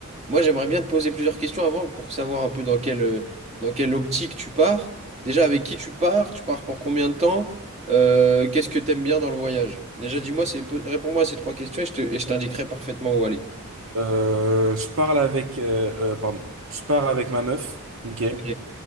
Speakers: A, on the right; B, on the right.
A: moi, j'aimerais bien te poser plusieurs questions avant pour savoir un peu dans quelle, euh, dans quelle optique tu pars. Déjà, avec qui tu pars, tu pars pour combien de temps, Euh, qu'est-ce que tu aimes bien dans le voyage? Déjà, dis-moi, c'est, réponds-moi à ces trois questions et je te, et je t'indiquerai parfaitement où aller.
B: Euh, je parle avec, euh, euh, pardon, je pars avec ma meuf. Ok.
A: Ok.